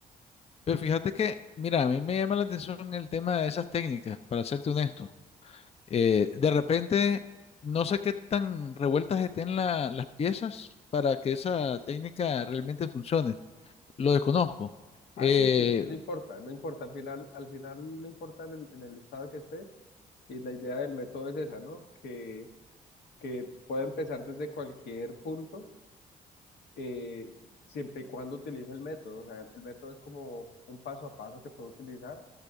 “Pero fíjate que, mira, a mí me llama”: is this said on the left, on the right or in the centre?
Left